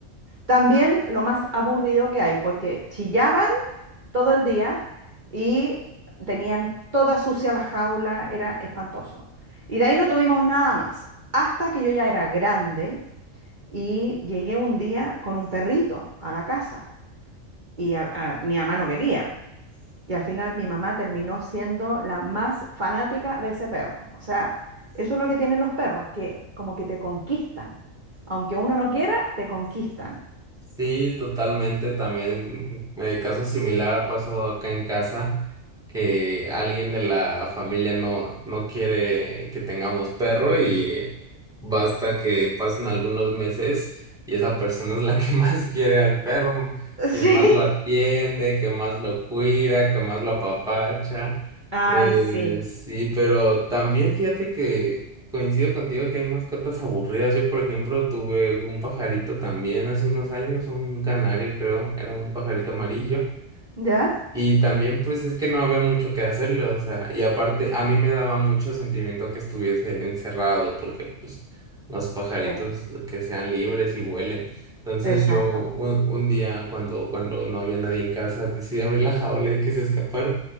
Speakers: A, on the right; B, in the centre.
A: También lo más aburrido que hay, porque chillaban todo el día y tenían toda sucia la jaula, era espantoso. Y de ahí no tuvimos nada más, hasta que yo ya era grande y llegué un día con un perrito a la casa y a- a- mi mamá no quería. Y al final mi mamá terminó siendo la más fanática de ese perro. O sea, eso es lo que tienen los perros, que como que te conquistan. Aunque uno no quiera, te conquistan. <laughs>
B: Sí, totalmente. También eh, caso similar ha pasado acá en casa que alguien de la familia no, no quiere que tengamos perro y basta que pasen algunos meses y esa persona es la que <laughs> más quiere al perro, quien
A: Sí.
B: más lo atiende, que más lo cuida, que más lo apapacha.
A: Ay,
B: Eh,
A: sí.
B: sí, pero también fíjate que Coincido contigo que hay mascotas aburridas. Yo, por ejemplo, tuve un pajarito también hace unos años, un canario creo, era un pajarito amarillo.
A: ¿Ya?
B: Y también pues es que no había mucho que hacerle, o sea, y aparte a mí me daba mucho sentimiento que estuviese él encerrado, porque pues los pajaritos
A: Sí,
B: que sean libres y vuelen. Entonces
A: exacto.
B: yo un, un día cuando, cuando no había nadie en casa decidí abrir la jaula y que se escapara.